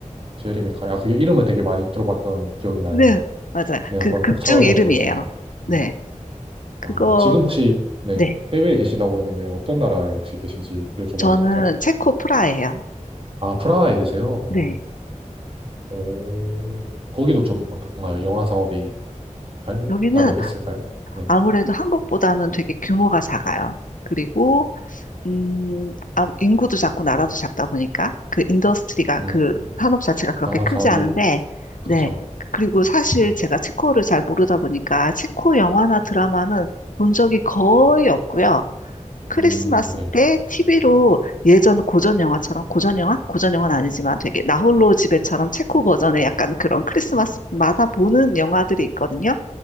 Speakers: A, on the right; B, on the left.
A: 제리 맥카이. 아, 그게 이름을 되게 많이 들어봤던 기억이 나요.
B: 네, 맞아요.
A: 네,
B: 그
A: 한번
B: 극중
A: 꼭 찾아서
B: 이름이에요.
A: 보겠습니다. 네.
B: 네, 그거
A: 아, 지금 혹시, 네.
B: 네,
A: 해외에 계시다고 했는데 어떤 나라에 혹시 계신지 여쭤봐도
B: 저는
A: 될까요?
B: 체코 프라예요.
A: 아, 프라하에 계세요?
B: 네.
A: 아, 오. 거기도 좀 어떻던가요? 영화 사업이 발달을
B: 여기는
A: 했을까요? 네.
B: 아무래도 한국보다는 되게 규모가 작아요. 그리고 음, 아, 인구도 작고 나라도 작다 보니까 그 인더스트리가
A: 음,
B: 그 산업 자체가 그렇게
A: 영화
B: 크지
A: 사업이,
B: 않은데
A: 그쵸.
B: 네. 그리고 사실 제가 체코를 잘 모르다 보니까 체코 영화나 드라마는 본 적이 거의 없고요. 크리스마스
A: 음, 네.
B: 때 TV로 예전 고전 영화처럼 고전 영화? 고전 영화는 아니지만 되게 나홀로 집에처럼 체코 버전의 약간 그런 크리스마스마다 보는 영화들이 있거든요.